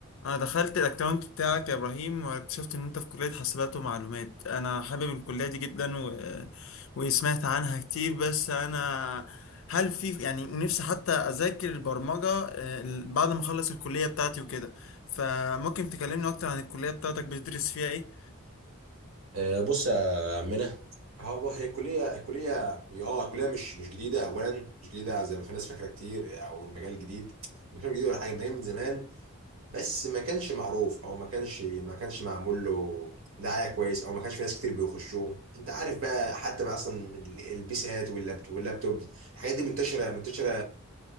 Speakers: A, on the left; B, on the right.
A: انا دخلت الاكونت بتاعك يا ابراهيم واكتشفت ان انت في كلية حاسبات ومعلومات انا حابب الكلية دي جدا و... وسمعت عنها كتير بس انا هل في يعني نفسي حتى اذاكر البرمجة آه، ال- بعد ما اخلص الكلية بتاعتي وكده فممكن تكلمني اكتر عن الكلية بتاعتك بتدرس فيها ايه
B: آه، بص يا عمنا هو هي كلية كلية هي اه كلية مش مش جديدة أولا مش جديدة زي ما في ناس فاكرة كتير أو المجال جديد مكان جديد ولا حاجة مجال من زمان بس ما كانش معروف أو ما كانش ما كانش معمول له دعاية كويس أو ما كانش في ناس كتير بيخشوه أنت عارف بقى حتى بقى أصلا البيسات واللابتوب واللابتوب الحاجات دي منتشرة منتشرة